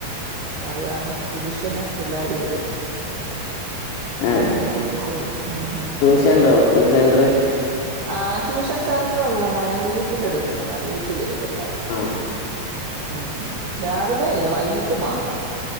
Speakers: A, on the right; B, on the left.
A: പ്പൊ അത് കാരണം ട്യൂഷന്- പിള്ളേര് വരും
B: ഏ
A: അങ്ങനൊക്കെ പോകുന്നു ഉം ഉം
B: ട്യൂഷൻ ഉണ്ടോ ട്യൂഷൻ സെന്റർ
A: ആ ട്യൂഷൻ സെന്ററല്ല മോനെ വീ- ട്ടിലെടുക്കുന്നതാ വീട്ടി വരും പിള്ളാര്‌
B: ആ
A: മ്മ് രാവില - ഏയ് ഇല്ല വൈകിട്ട് മാത്രം